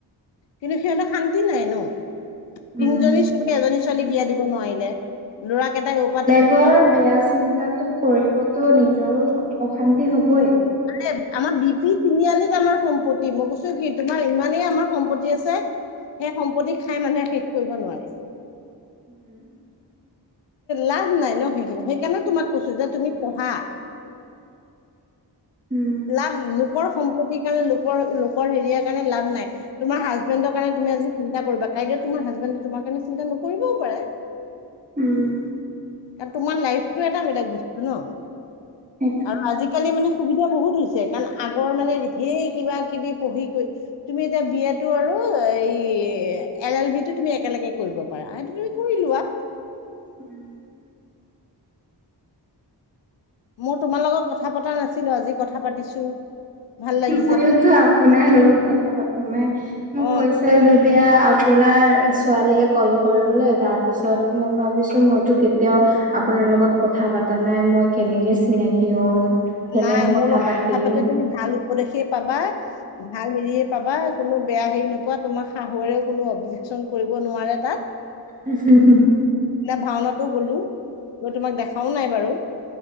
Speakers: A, on the left; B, on the right.
A: কিন্তু সিহঁতে শান্তি নাই ন
B: উম
A: তিনিজনী ছোৱালী এজনী ছোৱালী বিয়া দিব নোৱাৰিলে ল'ৰাকেইটাই পাতো
B: বৰ বেয়া চিন্তাটো কৰিবতো নিজৰো অশান্তি হ'বই
A: আ আমাৰ বি পি তিনিআলিত আমাৰ সম্পত্তি মই কৈছো কি তোমাৰ ইমানেই আমাৰ সম্পত্তি আছে সেই সম্পত্তি খাই মানুহে শেষ কৰিব নোৱাৰে
B: উম
A: লাভ নাই ন সেইখিনি সেইকাৰণে তোমাক কৈছো যে তুমি পঢ়া
B: উম
A: লাভ লোকৰ সম্পত্তিৰ কাৰণে লোকৰ লোকৰ হেৰিয় লাভ নাই তোম হাজবেণ্ডৰ কাৰণ তুমি আজিন্তা কৰিবা কাইেউ তোম হাজবেণ্ড তোমাৰ কাৰণ চিন্তা কৰিবও পাৰে
B: উম
A: কাৰ তোমাৰ লাইফটো এটা বেলেগ বস্তু ন
B: সেইটোৱে
A: আৰু আজি আজিকালি মানে সুবিধা বহুত হৈছে কাৰণ আগৰ মানে ধেৰ কিবা কিবি পঢ়ি কৰিৈ তুমি এতিয়া বিয়াটো আৰু এই এল এল বি টো তুমি একেলগে কৰিব আটো তুমি কৰিলোৱাৱা
B: উম
A: মই তোমাৰ লগত কথা পতা নাছিলো আজি কথা পাতিছো ভাল লাগিছে
B: ময়োতো আপোনাৰ লগত কথা পাতো নাই মোক
A: অ
B: কৈছে যে এতিয়া আপোনাৰ ছোৱালীয়ে কল কৰিবলৈ তাৰপিছত মই ভাবিছোঁ মইতো কেতিয়াও আপোনাৰ লগত কথা পাতা নাই মই কেনেকে চিনাকি হম কেনেকে
A: নাই মোৰ লগত
B: পাতিম।
A: কথা পাতিলে তুমি ভাল উপদেশে পাবা ভাল হেৰিয়ে পাবা কোনো বেয়া হেৰি নোপোৱা তোমাৰ শাহুৰেও কোনো অবজেক্যন কৰিব নোৱাৰে তাত
B: উ হুম হুম
A: এয়া ভাওনাাতো গ'লো গ তোমাক দেখাও নাই বাৰু